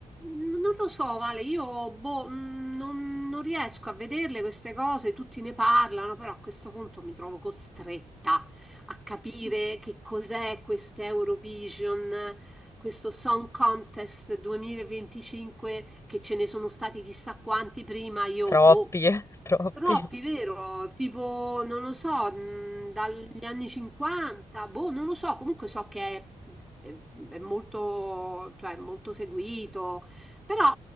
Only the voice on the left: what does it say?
Troppi,
eh, <laughs> troppi.